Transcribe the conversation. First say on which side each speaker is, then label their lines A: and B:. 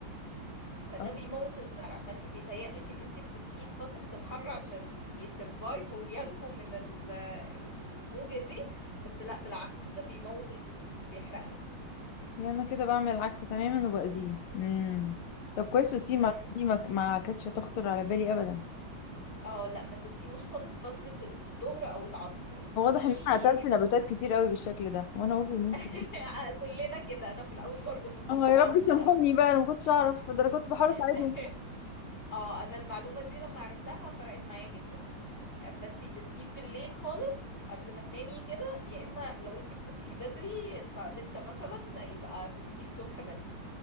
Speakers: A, on the left; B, on the left.
A: فده
B: اه
A: بيموت الزرع فانت بيتهيألك ان انت بتسقيه في فترة الحر عشان يسرفايف وينجو من ال- الموجة دي بس لا بالعكس ده بيموت الجذور بيحرقها
B: يعني انا كده بعمل العكس تماما وبأذيه امم طب كويس وتي
A: امم
B: ما دي ما ما كانتش هتخطر على بالي ابدا
A: اه لا ما تسقيهوش خالص فترة الظهر او العصر تسقيه
B: هو واضح ان انا قتلت
A: يا
B: نباتات كتير قوي بالشكل ده وانا اقول بيموتوا
A: إما- <laughs> كلنا كده انا في الاول برضو كنت
B: اه
A: بعمل
B: يا رب سامحوني
A: ده
B: بقى انا ما كنتش اعرف ده انا كنت بحاول اساعدهم
A: <laughs> اه انا المعلومة دي لما عرفتها فرقت معايا جدا فانتي تسقيه بالليل خالص قبل ما تنامي كده يا اما لو انتي بتصحي بدري الساعة ستة مثلا يبقى تسقيه الصبح بدري